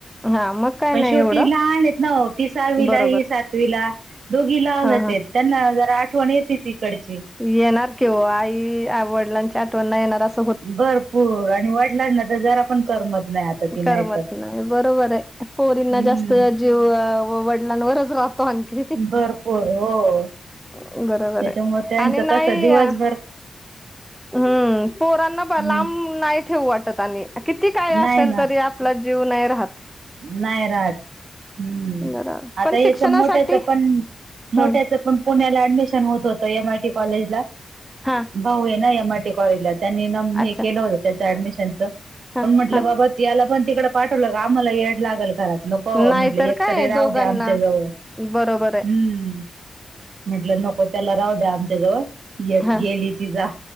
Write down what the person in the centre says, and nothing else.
हा मग काय
नाही
एवढं
बरोबर
हा हा
येणार की ओ आई वडिलांच्या आठवणना येणार अस
करमत
नाही बरोबर आहे पोरींना
जास्त जीव वडिलांवरच राहतो आणखी.
बरोबर आहे
आणि नाही
हम्म पोरांना
लांब नाही ठेऊ वाटत आणि किती काय
असलं
आपला जीव नाही राहत.
बरोबर
पण
शिक्षणासाठी
हम्म
हां.
अच्छा
हा
हा
नाहीतर
काय
दोघांना
बरोबर आहे
हा